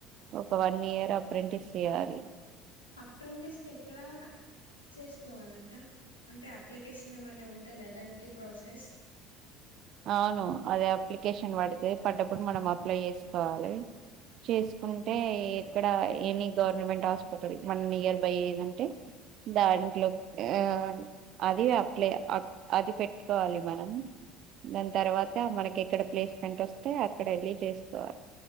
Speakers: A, on the right (about 50°); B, on the left (about 80°).
A: ఒక వన్ ఇయర్ అప్రెంటిస్ చేయాలి
B: అప్రెంటిస్ ఎక్కడా చేసుకోవాలి అక్క అంటే అప్లికేషన్ ఏమైన్నా ఉంటుందా దానికి ప్రాసెస్
A: అవును అదే అప్లికేషన్ పడితే పడ్డప్పుడు మనం అప్లై చేసుకోవాలి చేసుకుంటే ఇక్కడ ఎనీ గవర్నమెంట్ హాస్పిటల్ మన నియర్ బై ఏదంటే దాంట్లో ఆ అది అప్లే అది పెట్టుకోవాలి మనం దాని తర్వాత మనకి ఎక్కడ ప్లేస్మెంట్ వస్తే అక్కడ వెళ్లి చేస్తవాలి